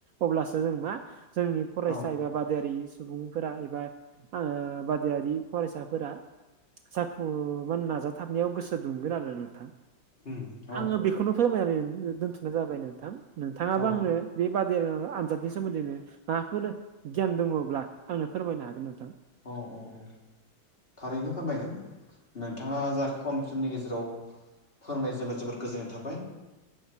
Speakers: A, on the right (about 85°); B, on the left (about 30°).
A: अब्लासो जों मा जोंनि फरायसा
B: औ
A: एबा बादायारि सुबुंफोरा एबा ओ बादायारि फरायसाफोरा जाफुगोन नाजाथाबनायाव गोसो दुंगोन आरो नोंथां
B: उम
A: आङो बेखौनो फोरमायनानै दोनथ'नाय जाबाय नोंथां नोंथाङाबो
B: औ
A: आंनो बे बादायारि आनजादनि सोमोन्दैनो माबाफोर गियान दङोब्ला आंनो फोरमायनो हागोन नोंथां
B: औ-औ-औ थारैनो फोरमायगोन नोंथाङा जा खम समनि गेजेराव फोरमाय जोबोद जोबोद गोजोननाय थाबाय